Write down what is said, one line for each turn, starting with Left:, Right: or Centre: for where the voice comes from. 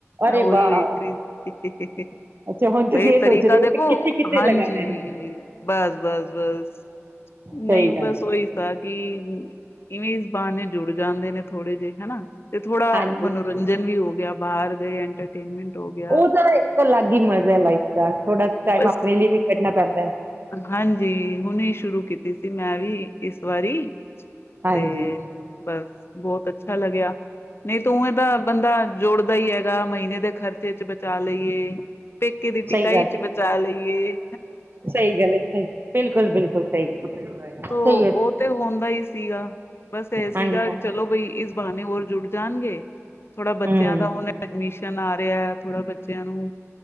Left: ਮੈਂ
Right: ਅਰੇ
Left: ਓਹੀ
Right: ਵਾਹ
Left: ਵੇਖ ਰਹੀ ਸੀ
Right: ਅੱਛਾ ਹੁਣ ਤੁਸੀਂ
Left: ਇਹ ਤਰੀਕਾ
Right: ਸੋਚ ਰਹੇ
Left: ਦੇਖੋ,
Right: ਹੋ ਕਿ ਕਿੱਥੇ ਕਿੱਥੇ
Left: ਹਾਂਜੀ
Right: ਲਗਾਣਾ ਹੈ
Left: ਬਸ ਬਸ ਬਸ ਨਹੀਂ
Right: ਸਹੀ ਗੱਲ
Left: ਬਸ।
Right: ਹੈ
Left: ਕੋਈ ਸਾਖੀ, ਇਵੇਂ ਈਸ ਬਾਹਨੇ ਜੁੜ ਜਾਂਦੇ ਨੇ ਥੋੜੇ ਜੇਹ ਹੇਨਾ। ਤੇ ਥੋੜਾ
Right: ਹਾਂਜੀ
Left: ਮਨੋਰੰਜਨ ਵੀ ਹੋ ਗਿਆ। ਬਾਰ ਦੇ ਐੰਟਰਟੇਨਮੈਂਟ। ਹੋ ਗਿਆ
Right: ਉਹ ਤਾਂ ਇੱਕ ਅਲੱਗ ਹੀ ਮਜ਼ਾ ਹੈ ਲਾਈਫ ਦਾ, ਥੋੜਾ ਟਾਈਮ
Left: ਬਸ
Right: ਆਪਣੇ ਲੀਏ ਵੀ ਕੱਢਣਾ ਪੈਂਦਾ ਏ।
Left: ਹਾਂਜੀ ਹੁਣੇ ਸ਼ੁਰੂ ਕੀਤੀ ਸੀ ਮੈਂ ਵੀ। ਇਸ ਵਾਰੀ,
Right: ਹਾਂਜੀ
Left: ਤੇ ਬਸ ਬਹੁਤ ਅੱਛਾ ਲੱਗਿਆ ਨਹੀਂ ਤੋੰ ਓਵੇਂ ਦਾ ਬੰਦਾ ਜੋੜਦਾ ਹੀ ਹੈਗਾ ਮਹੀਨੇ ਦੇ ਖਰਚੇ ਚ ਬਚਾ ਲਈਏ। ਪੇਕੇ ਦੀ ਟਿਕਾਈ
Right: ਸਹੀ ਗੱਲ
Left: ਚ ਬਚਾ ਲਈ। ਯੇ।
Right: ਸਹੀ ਗੱਲ ਹੈ ਸਹੀ, ਬਿਲਕੁਲ ਬਿਲਕੁਲ ਸਹੀ।
Left: ਤੋਂ
Right: ਸਹੀ
Left: ਉਹ
Right: ਹੈ
Left: ਤੇ ਹੁੰਦਾ ਹੀ ਸੀਗਾ, ਬਸ ਇਹ ਸੀਗਾ
Right: ਹਾਂਜੀ ਹਾਂ
Left: ਚਲੋ ਭਈ ਇਸ ਬਾਹਨੇ ਹੋਰ ਜੁੜ ਜਾਣਗੇ। ਥੋੜਾ ਬੱਚਿਆਂ
Right: ਹੂੰ
Left: ਦਾ ਹੁਨ ਐਡਮੀਸ਼ ਚਨ ਆ ਰਿਆ ਥੋੜਾ ਬੱਚੇਆਂ ਨੂੰ